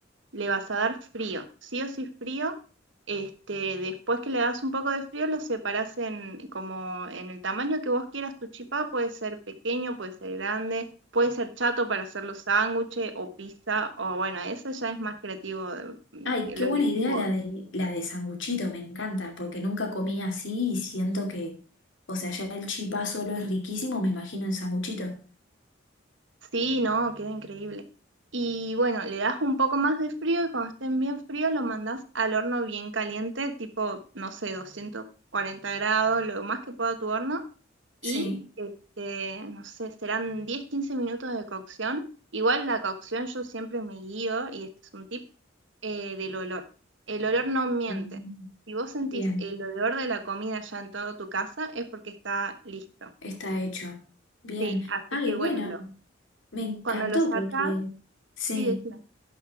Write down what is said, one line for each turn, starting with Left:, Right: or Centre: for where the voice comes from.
Right: le vas a dar frío, sí o sí frío. Este, después que le das un poco de frío, lo separás en, como en el tamaño que vos quieras tu chipá, puede ser pequeño, puede ser grande, puede ser chato para hacer los sándwiches o pizza, o bueno, eso ya es más creativo, de- mm,
Left: Ay, qué
Right: lo
Left: buena
Right: elegís
Left: idea
Right: vos.
Left: la de la de sanguchito, me encanta, porque nunca comí así y siento que, o sea, ya el chipá solo es riquísimo, me imagino en sanguchito.
Right: Sí, no, queda increíble. Y bueno, le das un poco más de frío y cuando estén bien fríos lo mandás al horno bien caliente, tipo, no sé, doscientos cuarenta grados, lo más que pueda tu horno.
Left: Sí.
Right: y este, no sé, serán 10 15 minutos de cocción. Igual la cocción yo siempre me guío, y este es un tip, eh, del olor. El olor no miente.
Left: Mm,
Right: Si vos sentís
Left: Bien,
Right: el olor de la comida ya en toda tu casa, es porque está listo.
Left: está hecho. Bien.
Right: Sí, así
Left: Ay,
Right: que bueno,
Left: bueno,
Right: lo,
Left: me encantó
Right: cuando lo sacas,
Left: porque... Sí.
Right: sí, decime.